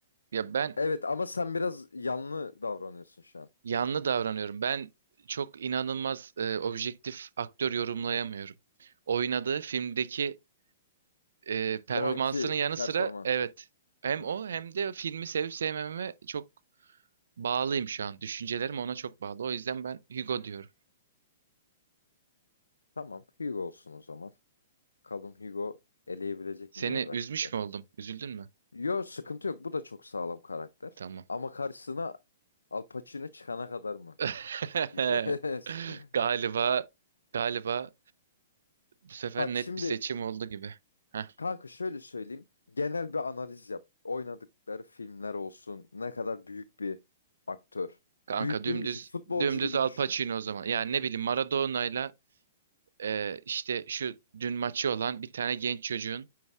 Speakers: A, on the right; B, on the left.
A: Ya ben
B: Evet ama sen biraz yanlı davranıyorsun şu an.
A: yanlı davranıyorum. Ben çok inanılmaz e, objektif aktör yorumlayamıyorum. Oynadığı filmdeki e, performansının
B: O anki
A: yanı
B: performansı.
A: sıra evet hem
B: Hı hı.
A: o hem de filmi sevip sevmememe çok bağlıyım şu an. Düşüncelerim ona çok bağlı. O yüzden ben Hugo diyorum.
B: Tamam Hugo olsun o zaman. Bakalım Hugo eleyebilecek
A: Seni
B: mi diğer rakiplerini?
A: üzmüş mü oldum? Üzüldün mü?
B: Yo sıkıntı yok. Bu da çok sağlam karakter.
A: Tamam.
B: Ama karşısına Al Pacino çıkana kadar mı
A: <laughs>
B: diyeceğiz. <laughs>
A: Galiba galiba bu sefer
B: Bak
A: net
B: şimdi
A: bir seçim oldu gibi. Heh,
B: kanka şöyle söyleyeyim. Genel bir analiz yap. Oynadıkları filmler olsun. Ne kadar büyük bir aktör.
A: kanka
B: Büyüklüğünü
A: dümdüz
B: düşün. Futbolcu
A: dümdüz
B: gibi
A: Al
B: düşün.
A: Pacino o zaman. Yani ne bileyim Maradona'yla Ee, işte şu dün maçı olan bir tane genç çocuğun,